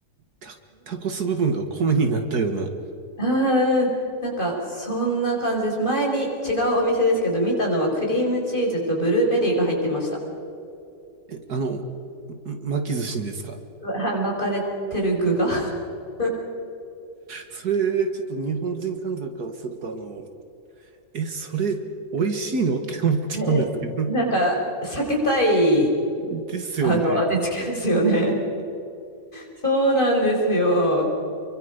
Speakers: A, on the right; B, on the left.
A: タ、タコス部分が米になったような。
B: <laughs> ああ、なんか、そんな感じです。前に違うお店ですけど、見たのはクリームチーズとブルーベリーが入ってました。
A: え、あの、ん巻き寿司にですか
B: はい巻かれてる具が <laughs> え
A: それ、ちょっと日本人感覚からすると、あの、え、それ、美味しいのって思っちゃうんですけど。
B: ーなんか、
A: <laughs>
B: 避けたい、
A: ですよね。
B: あの、味付けですよね。そうなんですよ。